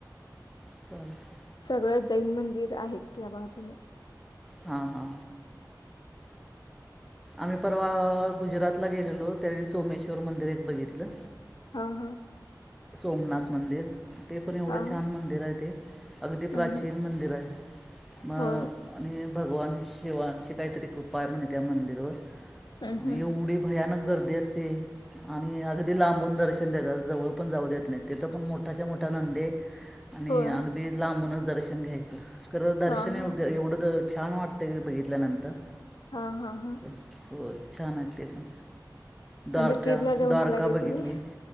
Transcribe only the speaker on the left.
सगळ जैन मंदिर आहेत त्या बाजून.
हा हा
हा
हम्म
हो
हम्म
हो हा
हा
हा हा हा.
म्हणजे ट्रीपला जाऊन
आला काय
तुम्ही